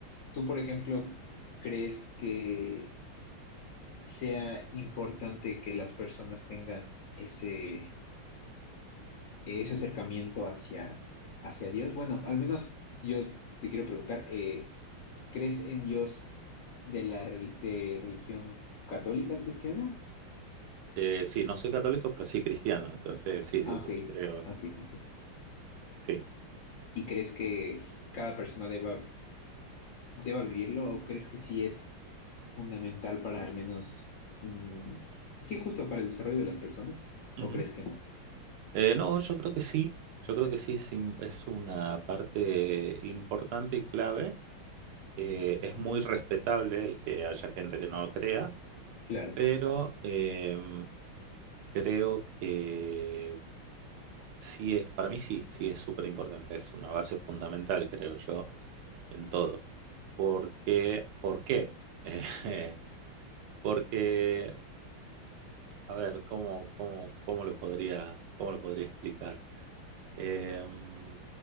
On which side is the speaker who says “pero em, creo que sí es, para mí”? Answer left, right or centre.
Right